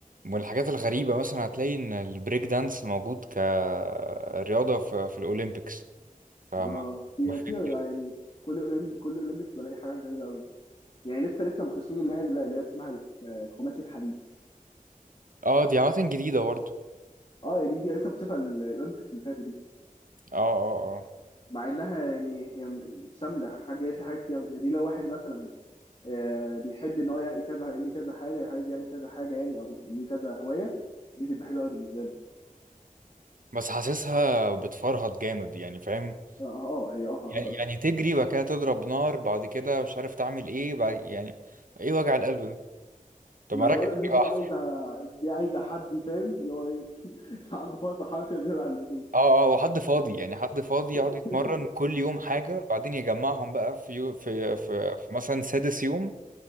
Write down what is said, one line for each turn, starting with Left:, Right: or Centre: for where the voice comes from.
Right: والحاجات الغريبة مثلا هتلاقي إن البريك دانس موجود كرياضة في في الأولمبيكس فما
Left: اه في
Right: ما في-
Left: في يعني كل أولمب... كل اولمبيكس بلاقي حاجات غريبه قوي يعني لسه لسه مكتشفين اللي هي اللي هي اسمها الخ- الخماسي الحديث
Right: اه دي عامة جديدة برضه
Left: اه يعني دي جديده لسه مكتشفه ال- الاولمبيكس اللي فاتت دي
Right: اه اه اه
Left: مع انها يعني هي م- شامله حاجه في حاجات كتير أوي. يعني دي لو واحد مثلا آه، بيحب ان هو يعمل كذا ليه كذا حاجه عايز يعمل كذا حاجه يعني او بي- ليه كذا هوايه دي تبقى حلوه قوي بالنسبه له
Right: بس حاسسها بتفرهد جامد يعني فاهم
Left: اه آه، آه، هي اه فرهضه
Right: يعني يعني تجري بعد كده تضرب نار بعد كده مش عارف تعمل ايه بعد يعني ايه وجع القلب ده طب
Left: ما
Right: ما
Left: انا
Right: ركز
Left: بقول لك
Right: في
Left: دي
Right: حاجة
Left: بقى
Right: واحدة
Left: عايزه دي عايزه حد فاهم اللي هو ايه <laughs> عنده فرط حركه زياده عن اللزوم
Right: اه اه وحد فاضي يعني حد فاضي يقعد
Left: <laughs>
Right: يتمرن كل يوم حاجة بعدين يجمعهم بقى في يو في في, في مثلا سادس يوم